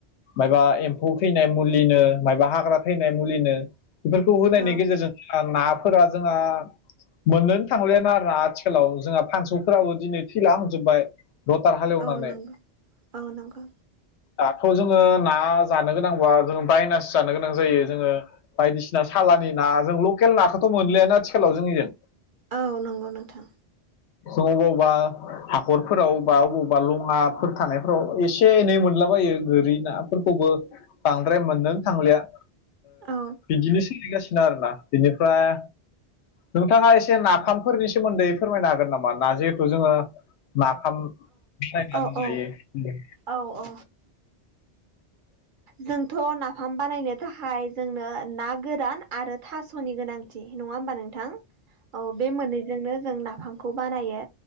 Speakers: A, on the left; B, on the right.
A: मायाबा एम्फौ थैनाय मुलिनो माबा हाग्रा थैनाय मुलिनो बेफोरखौ होनायनि
B: औ
A: गेजेरजों जोंहा नाफोरा जोंहा मोननोनो थांबायानो आरोना आथिखालाव जोंहा फानसौफोराबो दिनै थैलां हांजोबबाय रथार हाल एवनानै
B: औ नंगौ औ नंगौ
A: दाथ' जोङो ना जानो गोनांबा जोङो बायनासो जानो गोनां जायो जोङो बायदिसिना सालानि ना जों लकेल नाखौथ' मोनलियानो आथिखालाव जोंनिजों
B: औ नंगौ नोंथां
A: जों अबावबा हाखरफोराव बा अबावबा लङाफोर थानायफोराव एसे एसे एनै मोनलाबायो गोरि नाफोरखौबो बांद्राय मोनननो थांलिया
B: औ
A: बिदिनो सोलिगासिनो आरोना बिनिफ्राय नोंथाङा एसे नाफामफोरनि सोमोन्दै फोरमायनो हागोन नामा ना जिहेथु जोङो नाफाम बानायनानै
B: औ
A: जायो
B: औ औ औ जोंथ' नाफाम बानायनो थाखाय जोंनो ना गोरान आरो थास'नि गोनांथि नङा होमबा नोंथां औ बे मोननैजोंनो जों नाफामखौ खौ बानायो